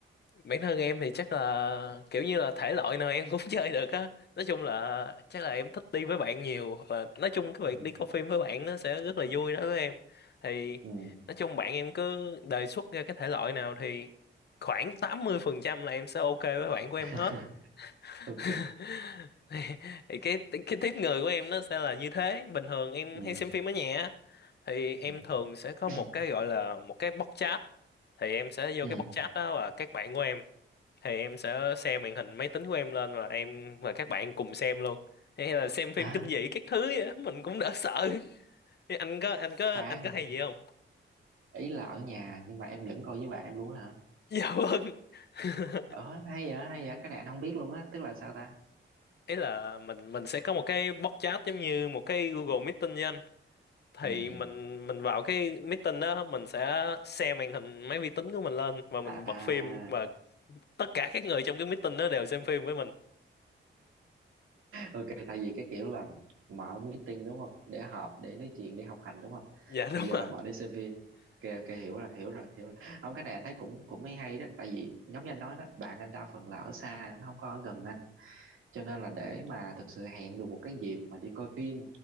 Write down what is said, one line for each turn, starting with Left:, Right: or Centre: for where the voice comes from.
Left: bản thân em thì chắc là kiểu như là thể loại nào em cũng <laughs> chơi được á nói chung là chắc là em thích đi với bạn nhiều hoặc là nói chung cái
Right: Ừ.
Left: việc
Right: <laughs>
Left: đi coi phim với bạn nó sẽ rất là vui đó với em thì
Right: ừ
Left: nói chung bạn em cứ đề xuất ra cái thể loại nào thì khoảng 80% là em sẽ ok với bạn của em
Right: <laughs>
Left: hết <laughs>
Right: ok
Left: thì thì cái cái tiếp người của em nó sẽ là như thế bình thường em
Right: ừ
Left: hay xem phim ở nhà á, thì em
Right: ừ
Left: thường sẽ có một
Right: <clears throat>
Left: cái gọi là một cái box chat thì em sẽ vô
Right: ừ
Left: cái box chat đó và các bạn của em thì em sẽ xem màn hình máy tính của em lên và em và các bạn cùng xem luôn hay là xem phim
Right: à
Left: kinh dị các thứ vậy á, mình cũng đỡ sợ Thế anh có anh có
Right: khoan
Left: anh có hay gì không
Right: ý là ở nhà nhưng mà em vẫn coi với bạn em luôn á hả
Left: dạ vâng <laughs>
Right: ờ hay vậy hay vậy cái này anh không biết luôn á tức là sao ta
Left: ấy là mình mình sẽ có một cái box chat giống như một cái Google
Right: ừ
Left: Meeting với anh thì
Right: ừ
Left: mình mình vào cái meeting đó mình sẽ share màn hình máy vi tính của mình lên và mình
Right: à
Left: bật phim và tất cả các người trong cái meeting đó đều xem phim với mình
Right: ok thay vì cái kiểu là mở meeting đúng không để họp để nói chuyện để học hành đúng không
Left: dạ đúng
Right: thì giờ
Left: ạ
Right: là mở để xem phim ok ok hiểu rồi hiểu rồi hiểu rồi không cái này anh thấy cũng cũng mới hay đó tại vì giống như anh nói đó bạn anh đa phần là ở xa nó không có ở gần anh cho nên là để mà thực sự hẹn được một cái dịp mà đi coi phim